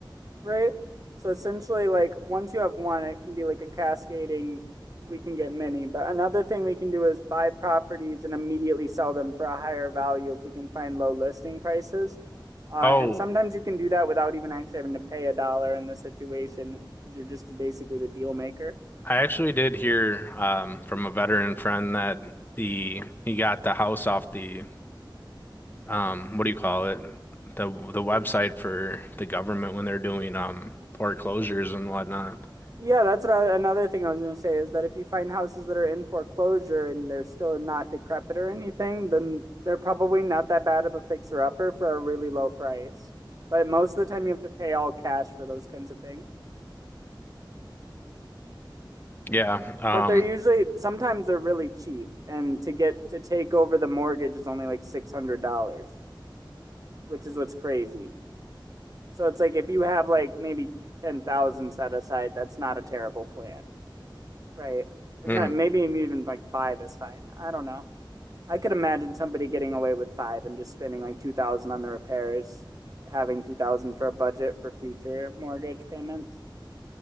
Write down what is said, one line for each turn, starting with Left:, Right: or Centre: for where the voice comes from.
Right: right? So essentially, like once you have one, it can be like a cascading. We can get many, but another thing we can do is buy properties and immediately sell them for a higher value if we can find low listing prices. Uh,
Left: Oh,
Right: and sometimes you can do that without even actually having to pay a dollar in the situation because you're just basically the deal maker.
Left: I actually did hear um from a veteran friend that the he got the house off the um what do you call it? The the website for the government when they're doing um foreclosures and whatnot.
Right: Yeah, that's what I, another thing I was going to say is that if you find houses that are in foreclosure and they're still not decrepit or anything, then they're probably not that bad of a fixer upper for a really low price. But most of the time, you have to pay all cash for those kinds of things.
Left: Yeah. Um
Right: But they're usually sometimes they're really cheap, and to get to take over the mortgage is only like six hundred dollars, which is what's crazy. So it's like if you have like maybe ten thousand set aside, that's not a terrible plan. Right.
Left: mhm.
Right: Not, maybe even like five is fine. I don't know. I could imagine somebody getting away with five and just spending like two thousand on the repairs, having two thousand for a budget for future mortgage payments.